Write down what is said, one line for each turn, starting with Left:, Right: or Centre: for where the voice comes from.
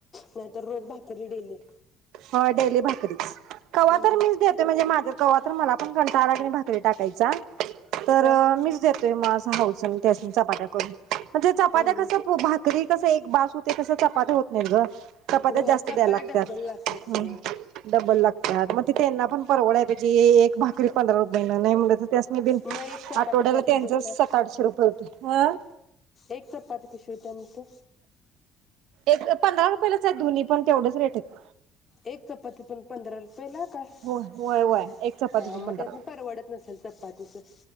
Left: नाहीतर रोज भाकरी डेली.
Right: हा डेली भाकरीच. कव्हा
Left: हम्म
Right: तरी
Left: हम्म
Right: मीच देते म्हणजे माझं. कव्हा तर मला पण कंटाळा आला की नई भाकरी टाकायचा. तर
Left: ह
Right: मीच देतोय मास. हो सांग त्यास्नी चपात्या करू म्हणजे चपात्या
Left: हम्म हम्म
Right: कसा पो भात कस एक बास हूते कस. चपात्या होत नाहीत ग. कपात्या
Left: होय
Right: जास्त
Left: चपात्या
Right: द्यायला लागत्यात
Left: डब्बल
Right: हू
Left: होय
Right: डबल लागत्याय मग ति त्यांना पण परवडा पेक्षा ए एक भाकरी पंधरा रुपयाला नाही म्हणलं तर. त्यासनी बिन
Left: मग एक चपाती,
Right: आठवड्याला
Left: कशी
Right: त्यांचं
Left: देताय
Right: सात आठशे रुपये होतंय हं.
Left: एक चपाती कशी देतेया मंग तू
Right: एक पंधरा रुपयलाच आहे धुनी पण तेवढंच रेट येत
Left: एक चपाती पण पंधरा पेला का हा
Right: होय होय होय एक चपातीची
Left: मग
Right: पंधरा.
Left: त्यासनी परवडत नसेल चपातीच. <inaudible>